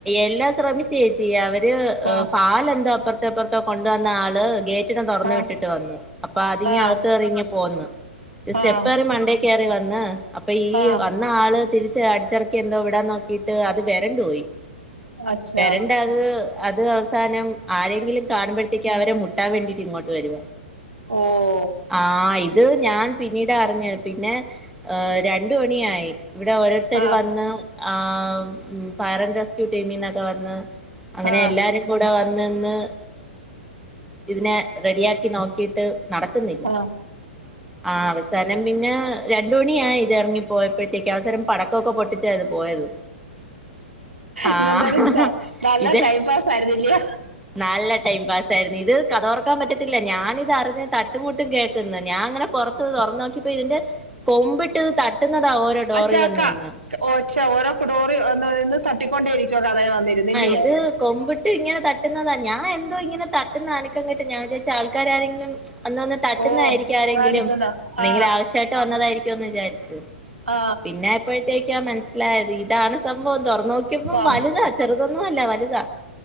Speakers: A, in the centre; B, on the right.
A: എല്ലാം ശ്രമിച്ച ചേച്ചി അവര്
B: ആ
A: പാലെന്തോ അപ്പുറത്തെ പ്പർത്തെ ക്കെ കൊണ്ടുവന്ന ആള് ഗേറ്റ് ഗെറ്റിങ്ങ് തൊറന്ന്
B: ആ
A: വിട്ടിട്ട് വന്നന്ന് അപ്പൊ അതി
B: ആ
A: അകത്ത് കറി പോന്ന് സ്റ്റെപ്പെറി
B: ആ
A: മണ്ടി കേറി വന്ന് അപ്പൊ ഈ
B: ആ
A: വന്ന ആള് തിരിച്ച് അടിച്ചിറക്കി എന്തോ വിടാൻ നോക്കിട്ട് അത് വരണ്ട വരണ്ട് പോയി
B: അച്ഛാ
A: വരണ്ട് അത് അവസാനം ആരെങ്കിലും കാണുമ്പോഴേതേക്കിന് അവരെ മുട്ടാൻ വേണ്ടിട്ട് ഇങ്ങോട്ട് വരുവ
B: ഓഹ്
A: ആഹ് ഇത് ഞാൻ പിന്നീട അറിഞ്ഞത് പിന്നെ ആഹ് രണ്ടു മണിയായി ഇവിടെ ഓരോ ഓരോരുത്തർ
B: ആ
A: വന്ന് ആ ഫയർ ആൻഡ് റെസ്ക്യൂ ടീമന്നൊക്കെ വന്ന് അങ്ങനെ
B: ആ
A: എല്ലാരും കൂടെ വന്ന്ന്ന് ഇതിനെ റെഡിയാക്കി നോക്കിട്ട് നടക്കുന്നില്ല
B: ആ
A: ആ അവശ അവസാനം പിന്നെ രണ്ടു മണിയായി ഇത് എറങ്ങി പോയപ്പോഴത്തേക്ക് അവസരം പടക്കമൊക്കെ പൊട്ടിച്ചാ ഇത് പോയത്
B: ഇന്നന്തര
A: ആഹ്
B: ഇന്ത നല്ല
A: ഇത്
B: കൈ പാ സരിദില്ലിയ
A: നല്ല ടൈം പാസ് ആയിരുന്നു ഇത് കഥോറക്കാൻ പറ്റത്തില്ല ഞാനിതറിഞ്ഞിട്ടില്ല ഞാനിത്തറിഞ് തട്ടുമുട്ടും കേക്ക്ന്ന് ഞാങ്ങനെ തുറന്നോക്കിപ്പോ ഇതിന്റെ കൊമ്പിട്ട് ഇത് തട്ടുന്നതാ ഓരോ ഡോറി
B: അച്ചാക്ക
A: വന്ന് നിന്ന്
B: ച്ചോ ഓരോ ഡോറി വന്ന് നിന്ന് തട്ടിക്കൊണ്ടേരിക്കുവ കഥയകി വന്നിരുന്ന ഇന്റെയോ
A: ഇത് ആഹ് കൊമ്പിട്ട് ഇട്ട് ങ്ങനെ തട്ടുന്നതാ ഞാൻ എന്തോ ഇങ്ങനെ തട്ടുന്നനക്കം കേട്ട് ഞാൻ വിചാർച് ആൾക്കാരെങ്കിലും അന്ന്ന്ന് തട്ടുന്നതായിരിക്കും
B: ഓ
A: ആരെങ്കിലും
B: ആയിരിക്കുന്ന
A: എന്തെങ്കിലും
B: ആ
A: ആവശ്യട്ട് വന്നതായിരിക്കുമന്ന് വിചാരിച്ചു
B: ആ
A: പിന്നെ പ്പോഴത്തേക്കാ മനസ്സിലായത് ഇതാണ് സംഭവം തൊറ നോക്കിയപ്പം
B: സം
A: വലുതാ ചെറുതൊന്നും അല്ല വലുതാ